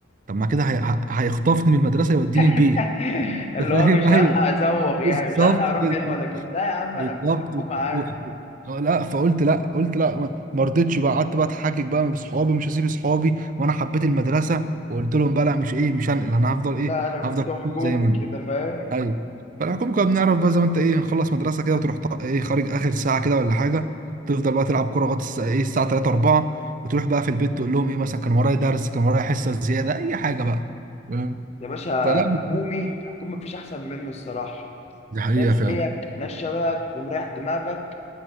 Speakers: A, on the right; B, on the left.
A: طب ما كده هي- هيخطفني من المدرسه يوديني البيت
B: <laughs> اللي
A: انت فاهم
B: هو مش
A: <laughs>
B: هلحق
A: ايوه
B: ازوغ
A: بالظبط
B: يعني مش هلحق اروح
A: كده
B: هنا ولا كده لا يا عم
A: بالظبط
B: انا كنت حكومه عادي
A: و... و- آه، لا فقلت لا قلت لا ما ما رضيتش بقى قعدت بقى اتحجج بقى بصحابي مش هسيب صحابي وانا حبيت المدرسه وقلت لهم بقى لا مش ايه مش هنقل انا هفضل ايه
B: لا انا
A: هفضل
B: كنت حكومي
A: زي ما انا
B: كده فاهم
A: ايوه فالحكومه كنا بنعرف بقى زي ما انت ايه نخلص مدرسه كده وتروح ط- ايه خارج اخر ساعه كده ولا حاجه تفضل بقى تلعب كوره لغايه الس- ايه الساعه 3 4 وتروح بقى في البيت تقول لهم ايه مثلا كان ورايا درس كان ورايا حصه زياده اي حاجه بقى فاهم
B: يا باشا
A: فلا
B: الحكومي الحكومي مفيش احسن منه الصراحه
A: دي حقيقه
B: ناس
A: فعلا
B: زيك ناس شبهك ومريح دماغك